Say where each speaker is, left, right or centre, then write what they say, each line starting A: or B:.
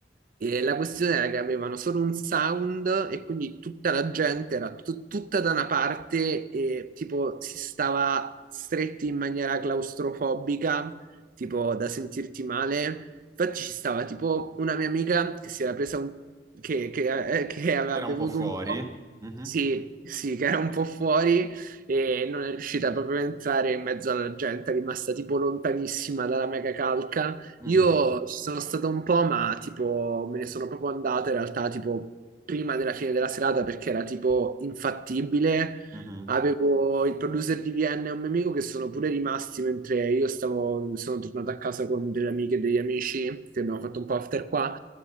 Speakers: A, on the right; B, on the right.
A: eh, la questione era che avevano solo un sound e quindi tutta la gente era tut- tutta da una parte e tipo si stava stretti in maniera claustrofobica, tipo da sentirti male Infatti ci stava tipo una mia amica che si era presa un... che, che- eh, che aveva
B: Era
A: bevuto
B: un po' fuori?
A: un po'.
B: Mhm,
A: Sì, sì, che era un po' fuori e non è riuscita proprio a entrare in mezzo alla gente, è rimasta tipo lontanissima dalla mega calca.
B: mhm,
A: Io ci sono stato un po', ma tipo me ne sono proprio andata in realtà tipo prima della fine della serata perché era tipo infattibile
B: mhm.
A: Avevo il producer di Vienna e un mio amico che sono pure rimasti mentre io stavo, sono tornato a casa con delle amiche e degli amici che abbiamo fatto un po' after qua.